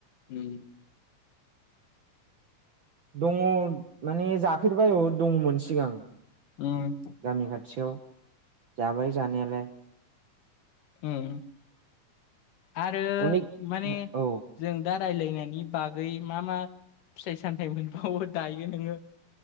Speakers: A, on the left; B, on the right.
A: उम
B: दङ माने जाफेरबाय औ दङमोन सिगां
A: उम
B: गामि खाथियाव जाबाय जानायालाय
A: उम आरो
B: अनेक
A: माने
B: औ
A: जों दा रायलायनायनि बागै मा मा फिथाइ सामथाय मोनबावो दायो नोंङो